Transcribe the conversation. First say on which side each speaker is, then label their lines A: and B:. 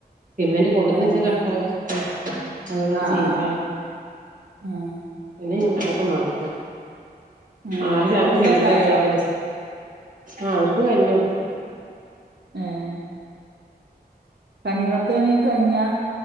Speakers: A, on the right (about 50°); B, on the right (about 85°).
A: സിമെന്റ് കൊടുന്ന്
B: ഏഹ്
A: വെച്ച കട്ടാവുച്ചിട്ട അതോണ്ടാണ്
B: ആഹ്
A: ചെയ്യിക്കാൻ
B: ആഹ് ആഹ് ആഹ്
A: പിന്നെ ഇനി മഴയൊക്കെ മാറിക്കോട്ടെ
B: ഏഹ്
A: ആറ്
B: ഇങ്ങള്
A: ചാക്ക്
B: ഫുഡൊക്കെ
A: സിമന്റെ
B: ആയോ
A: എർക്കീക്ക്ണ് ആഹ് അവര്ക്ക് കഞ്ഞി കൊട്ത്ത്
B: ഏഹ് കഞ്ഞി പത്ത്മണിക്ക് കഞ്ഞിയാ